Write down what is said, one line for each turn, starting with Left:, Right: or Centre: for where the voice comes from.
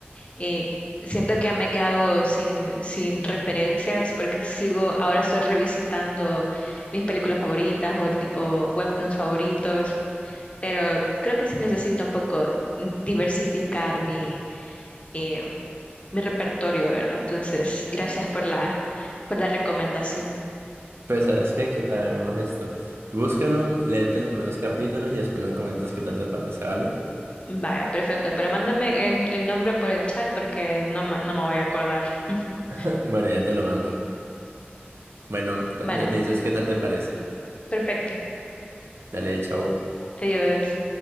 Left: Eh, siento que me he quedado sin, sin referencias porque sigo, ahora estoy revisitando mis películas favoritas o, li- o webtoons favoritos, pero creo que sí necesito un poco diversificar mi, eh, mi repertorio, ¿verdad? Entonces, gracias por la, por la recomendación.
Right: Pues, ¿sabes qué? ¿Qué tal hagamos esto? Búscalo, léete los primeros capítulos y después me comentas qué tal te parece, ¿vale?
Left: Vale, perfecto, pero mándame el, el nombre por el chat porque no, me- no me voy a acordar. <laughs>
Right: <clears throat> <laughs> Bueno, ya te lo mando. Bueno, ta-
Left: Bueno,
Right: me, me dices qué tal te parece.
Left: perfecto.
Right: Dale, chao.
Left: Adiós.